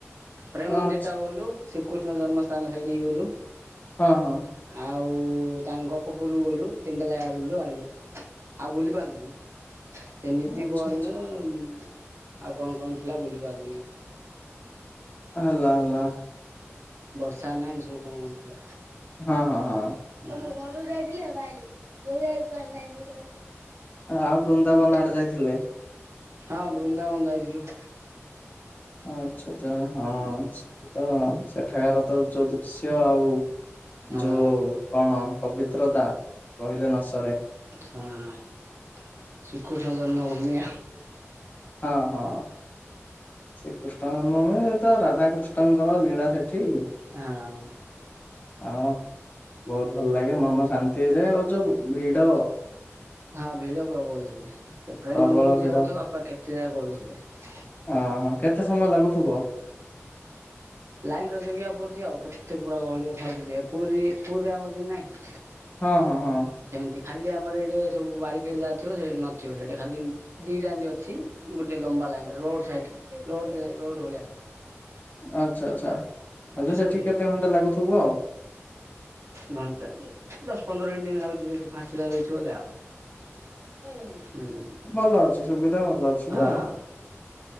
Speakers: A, on the right (about 65°); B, on the left (about 35°).
A: ପ୍ରେମ ମନ୍ଦିରଟା
B: ଆଛା
A: ଗଲୁ ଶ୍ରୀକୃଷ୍ଣ ଜନ୍ମସ୍ଥାନ ସେଇଠିକୁ ଗଲୁ।
B: ହଁ ହଁ
A: ଆଉ ତାଙ୍କ ଗୋପପୁୁରକୁ ଗଲୁ ତିନଟା ଜାଗା ବୁଲିଲୁ ଆଇଲୁ। ଆଉ ବୁଲି ପାରିଲିନୁ। ଏମିତି
B: ଆଛା
A: ବନ
B: ଆଛା
A: ଆଉ କଣ କଣ ଥିଲା ବୁଲି ପାରିଲୁନି।
B: ହାଲା ହାଲା।
A: ବର୍ଷା ନାହିଁ ଏମିତ ସବୁ କଣ କଣ ଥିଲା।
B: ହଁ ହଁ ହଁ
A: ଆମ ଘରରୁ ଯାଇଥିଲି ବାବା ଆଇଲି <unintelligible> କୁଆଡ ଯାଇଥିଲୁ
B: ଆଉ ବୃନ୍ଦାବନ
A: କହିଲୁ?
B: ଆଡେ ଯାଇଥିଲେ
A: ହଁ ବୃନ୍ଦାବନ ଯାଇଥିଲୁ।
B: ଆଚ୍ଛା ଆଚ୍ଛା
A: ହୁଁ
B: ହଁ ସେତ ସେଠାକାର ତ ଯୋଉ ଦୃଶ୍ୟ ଆଉ
A: ହଁ।
B: ଯୋଉ କଣ ପବିତ୍ରତା କହିଲେ ନ ସରେ।
A: ହଁ। ଶ୍ରୀକୃଷ୍ଣ ଜନ୍ମଭୂମି।
B: ହଁ ହଁ। ଶ୍ରୀକୃଷ୍ଣ ଜନ୍ମଭୂମି ସେତ ରାଧାକୃଷ୍ଣଙ୍କର ଲୀଳା ସେଠି
A: ଆହଁ
B: ଆଉ ବହୁତ ଭଲ ଲାଗେ ମନ ଶାନ୍ତି ହେଇଯାଏ ଆଉ ଯୋଉ ଭିଡ
A: ହଁ ଭିଡ ପ୍ରବଲ ବୋଲଥିଲେ ସେ ପ୍ରେମ
B: ପ୍ରବଳ
A: ମନ୍ଦିରକୁ
B: ଭିଡ
A: ଯିବା <unintelligible>
B: ଅହଂ କେତେ ସମୟ ଲାଗୁଥିବ?
A: ଲାଇନ୍ ଜ- ଜଗିବା ପଡୁଚି ଆଉ କେତେ ପୁରା ଗହଳି ଥାଉଚି ଯେ, ପୁରୀ ପୁରୀରେ ଆମର ଯେମିତି ନାହିଁ
B: ହଁ ହଁ ହଁ।
A: ସେମିତି ଖାଲି ଆମର ଏଇଟେ ସବୁ ବାରିକେଡ ଯା ଥିବ ସେଠି ନଥିବ ସେଠ ଖାଲି ଦିଟା ଅଛି ଗୋଟେ ଲମ୍ବା ଲାଇନରେ ରୋଡ ସାଇଡରେ ରୋଡଦେ ରୋଡ ଭଳିଆ।
B: ଆଚ୍ଛା ଆଚ୍ଛା ହେଲେ
A: ପିସ୍
B: ସେଠିକି
A: କରିବା।
B: କେତେ ଘଣ୍ଟା ଲାଗୁଥିବ ଆଉ।
A: ଘଣ୍ଟା ଦଶ ପନ୍ଦର ମିନଟ ଲାଗୁଛି ଯଦି ଫାଷ୍ଟ ଲାଗୁଛି ବୋଲି ଆଉ ହଁ ହୁଁ।
B: ଭଲ ଅଛି ସୁବିଧା ଭଲ ଅଛି
A: ହଁ
B: ଯେ